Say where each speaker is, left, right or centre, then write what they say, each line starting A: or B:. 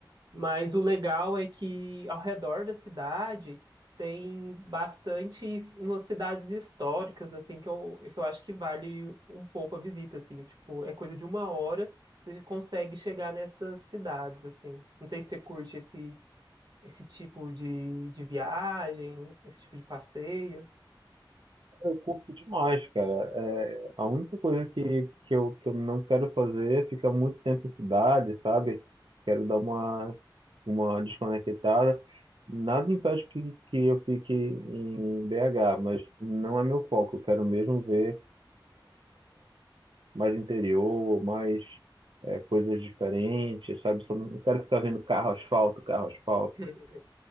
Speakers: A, on the right (about 55°); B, on the right (about 75°).
A: Mas o legal é que ao redor da cidade tem bastante umas cidades históricas assim que eu, que eu acho que vale um pouco a visita assim, tipo, é coisa de uma hora você consegue chegar nessas cidades assim. Não sei se você curte esse esse tipo de, de viagem, esse tipo de passeio.
B: Eu curto demais, cara. É, a única coisa que, que eu, que eu não quero fazer é ficar muito tempo em cidade, sabe? Quero dar uma, uma desconectada. Nada impede que, que eu fique em BH, mas não é meu foco. Eu quero mesmo ver mais interior, mais é, coisas diferentes, sabe? Só não quero ficar vendo carro, asfalto, carro, asfalto.
A: <laughs>